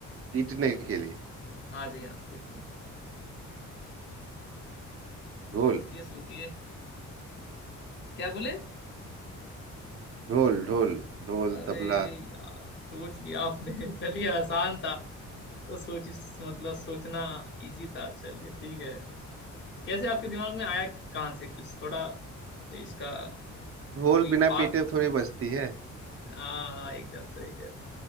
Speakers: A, on the right; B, on the left.
A: पीटने के लिए
B: आ जाइए आप पीटने के लिए
A: ढोल
B: सोचिए सोचिए क्या बोले
A: ढोल ढोल ढोल
B: अरे
A: तबला
B: यार सोच लिया आपने <laughs> चलिए आसान था तो सोच मतलब सोचना इजी था चलिए ठीक है कैसे आपके दिमाग में आया कहाँ से कुछ थोड़ा तो इसका
A: ढोल
B: कोई
A: बिना
B: पाथ
A: पीटे थोड़ी बजती है
B: हाँ एकदम सही कह रहे हैं